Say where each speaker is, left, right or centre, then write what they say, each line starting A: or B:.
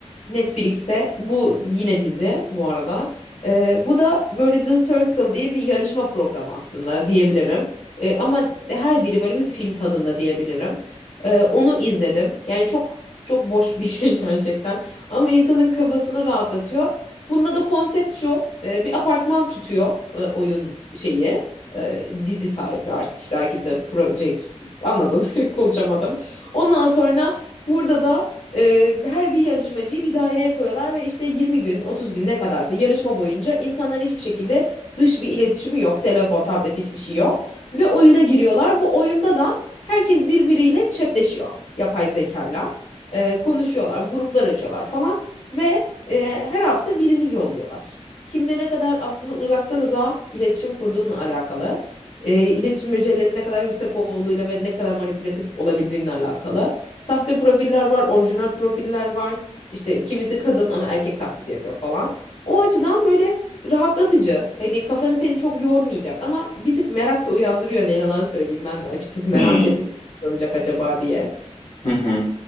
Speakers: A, on the left; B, on the left.
A: Netflix'te bu yine dizi bu arada. Ee, bu da böyle The Circle diye bir yarışma programı aslında diyebilirim. Ee, ama her biri böyle bir film tadında diyebilirim. Ee, onu izledim. Yani çok çok boş bir <laughs> şey gerçekten. Ama insanın kafasını rahatlatıyor. Bunda da konsept şu. e, bir apartman tutuyor e, oyun şeyi. e, dizi sahibi artık işte her kimse proje anladın <laughs> konuşamadım. Ondan sonra burada da e, her bir yarışmacıyı bir daireye koyuyorlar ve işte 20 gün 30 gün ne kadarsa yarışma boyunca insanların hiçbir şekilde dış bir iletişimi yok. Telefon, tablet hiçbir şey yok. Ve oyuna giriyorlar. Bu oyunda da herkes birbiriyle chatleşiyor yapay zekayla. E, konuşuyorlar, gruplar açıyorlar falan ve e, her hafta birini yolluyorlar. Kimle ne kadar aslında uzaktan uzağa iletişim kurduğunla alakalı e, iletişim becerilerinin ne kadar yüksek olduğuyla ve ne kadar manipülatif olabildiğinle alakalı. Sahte profiller var, orijinal profiller var. İşte kimisi kadın ama erkek taklidi yapıyor falan. O açıdan böyle rahatlatıcı. Hani kafanı seni çok yormayacak ama bir tık merak da uyandırıyor ne yalan söyleyeyim. Ben açıkçası merak
B: Hmm.
A: ettim sanacak acaba diye.
B: Hı hı.